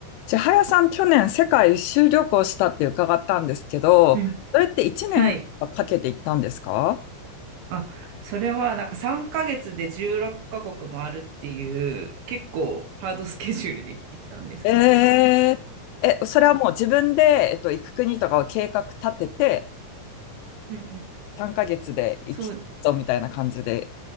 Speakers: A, on the left (about 85°); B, on the right (about 70°).
A: 千早さん、去年世界一周旅行したって伺ったんですけど、
B: うん。
A: それって1年かけて行ったんですか
B: はい。あ、それはなんか3ヶ月で16カ国もあるっていう結構ハードスケジュールで行ってきたんですけど。
A: えええ、
B: うん
A: それはもう自分で、えっと、行く国とかを計画立てて、
B: うんうん。
A: 3ヶ月で行きそうみたいな感じで
B: そう、